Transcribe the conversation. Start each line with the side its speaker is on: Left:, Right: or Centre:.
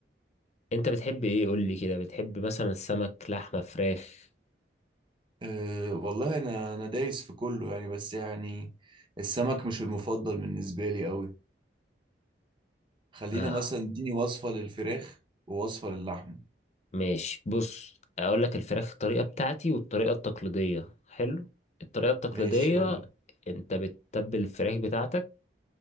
Left: انت بتحب ايه قولي كده بتحب مثلا السمك لحمة فراخ
Right: أه والله أنا أنا دايس في كله يعني بس يعني السمك مش المفضل بالنسبة لي أوي خلينا
Left: اه
Right: مثلا اديني وصفة للفراخ ووصفة للحمة
Left: ماشي بص اقول لك الفراخ الطريقه بتاعتي والطريقه التقليديه حلو الطريقه التقليديه
Right: ماشي قولي
Left: انت بتتبل الفراخ بتاعتك